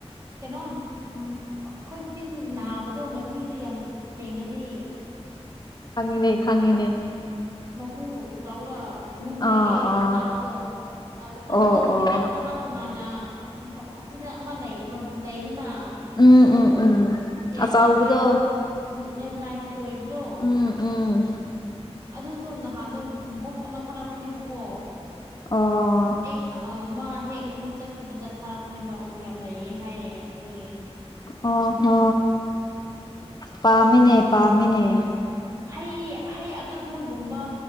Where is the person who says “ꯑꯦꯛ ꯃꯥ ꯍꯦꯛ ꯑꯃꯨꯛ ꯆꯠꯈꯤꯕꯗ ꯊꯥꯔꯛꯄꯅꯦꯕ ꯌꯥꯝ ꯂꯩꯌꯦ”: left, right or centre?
Right